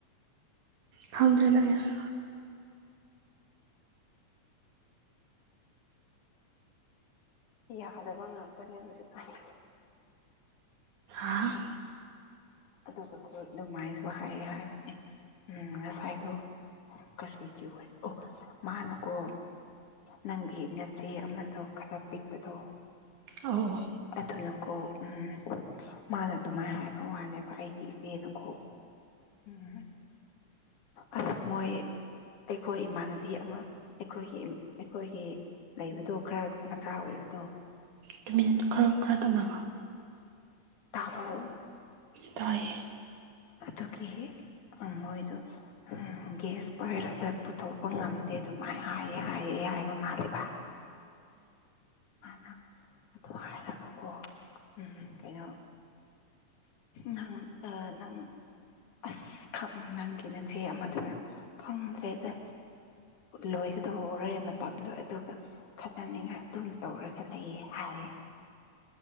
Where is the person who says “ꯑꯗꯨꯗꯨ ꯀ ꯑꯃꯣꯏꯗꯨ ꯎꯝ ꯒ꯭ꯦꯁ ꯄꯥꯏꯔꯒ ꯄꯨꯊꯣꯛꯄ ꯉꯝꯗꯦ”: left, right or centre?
Left